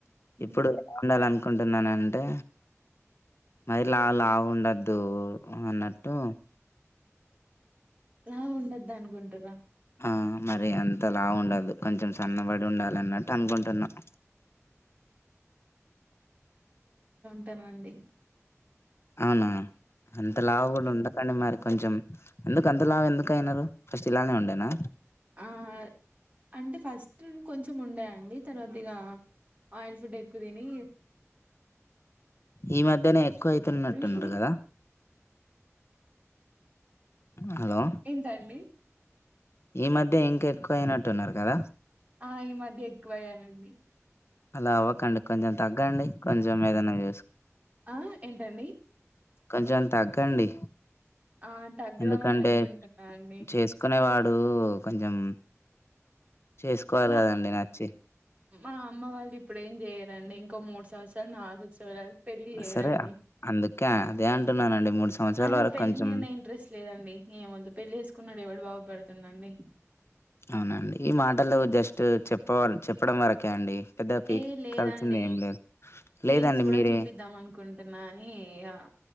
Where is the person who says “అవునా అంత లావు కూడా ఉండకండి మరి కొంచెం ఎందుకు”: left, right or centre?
Left